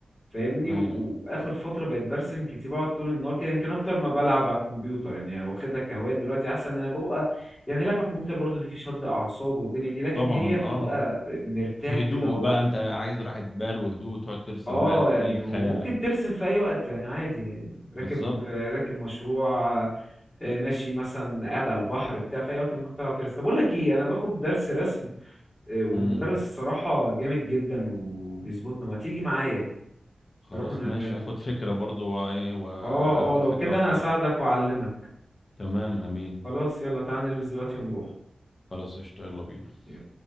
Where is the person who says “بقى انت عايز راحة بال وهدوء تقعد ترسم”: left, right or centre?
Left